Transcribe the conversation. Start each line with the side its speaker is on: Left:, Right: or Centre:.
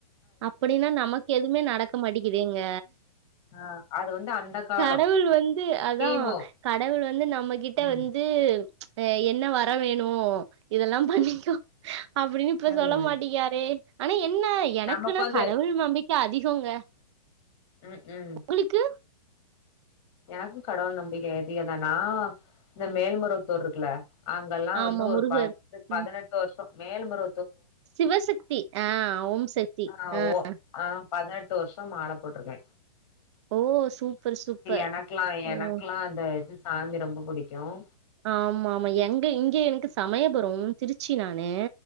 Right: அப்படின்னா நமக்கு எதுவுமே நடக்க மாட்டக்குதேங்க
Left: ஆ அது வந்து அந்த காலோ
Right: கடவுள் வந்து அதான்
Left: கிமு
Right: கடவுள் வந்து நம்மகிட் கிட்ட
Left: ம்
Right: வந்து ஹ என்ன வர வேணும் இதெல்லாம் பண்ணிக்கோ அப்படின்னு இப்ப
Left: ம்
Right: சொல்ல மாட்டிகிராரே ஆன என்ன எனக்கு
Left: நமக்கு
Right: ன்னா
Left: வந்து
Right: கடவுள் நம்பிக்கை அதிகங்க
Left: உம் உம்
Right: உங்களுக்கு?
Left: எனக்கும் கடவுள் நம்பிக்கை எதுதான்னா இந்த மேல்மருவத்தூர் இருக்குல அங்கெல்லாம்
Right: ஆமா
Left: வந்து ஒரு
Right: முருகர்.
Left: பத்து பதினெட்டு
Right: ம்.
Left: வருஷம் மேல் மரு
Right: சிவசக்தி ஆஹ் ஓம் சக்தி
Left: ஆ
Right: ஆஹ்
Left: ஓ ஆ பதினெட்டு வருஷம் மால போட்டிருக்க
Right: ஓஹ் சூப்பர் சூப்பர்
Left: எனக்கெல்லாம் எனக்கெல்லாம்
Right: ம்.
Left: அந்த இது சாமி ரொம்ப பிடிக்கும்
Right: ஆமா ஆமா எங்க இங்க எனக்கு சமையப்புறம் திருச்சி நானு